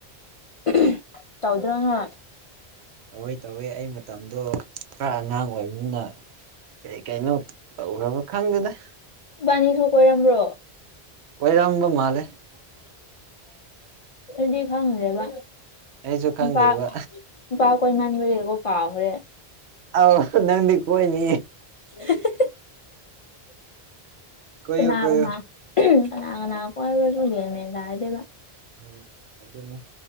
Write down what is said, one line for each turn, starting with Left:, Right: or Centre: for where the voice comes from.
Left: ꯎꯝ ꯇꯧꯗ꯭ꯔꯣ ꯅꯪ
Right: ꯇꯧꯋꯦ ꯇꯧꯋꯦ ꯑꯩ ꯃꯇꯝꯗꯣ ꯈꯔ ꯑꯉꯥꯡ ꯑꯣꯏꯕꯅꯤꯅ ꯀꯩ ꯀꯩꯅꯣ ꯇꯧꯈ꯭ꯔꯕ ꯈꯪꯗꯦꯗ
Left: ꯏꯕꯥꯅꯤꯁꯨ ꯀꯣꯏꯔꯝꯕ꯭ꯔꯣ
Right: ꯀꯣꯏꯔꯝꯕ ꯃꯥꯜꯂꯦ <inaudible>
Left: ꯑꯗꯨꯗꯤ ꯈꯪꯗꯦꯕ
Right: ꯑꯩꯁꯨ ꯈꯪꯗꯦꯕ
Left: ꯅꯨꯄꯥ ꯅꯨꯄꯥ ꯀꯣꯏꯃꯟꯕꯒꯤꯀꯣ ꯀꯥꯎꯒ꯭ꯔꯦ
Right: ꯑꯥꯎ ꯍ ꯅꯪꯗꯤ ꯀꯣꯏꯅꯤ
Left: ꯍꯤ ꯍꯤ
Right: ꯀꯣꯏꯌꯨ
Left: ꯀꯅꯥ
Right: ꯀꯣꯏꯌꯨ
Left: ꯀꯅꯥ ꯎꯝ ꯀꯅꯥ ꯀꯅꯥ ꯀꯣꯏꯕ꯭ꯔꯁꯨ ꯒ꯭ꯌꯥꯟ ꯃꯦꯟ ꯇꯥꯗꯦꯕ
Right: ꯎꯝ ꯑꯗꯨꯅꯤ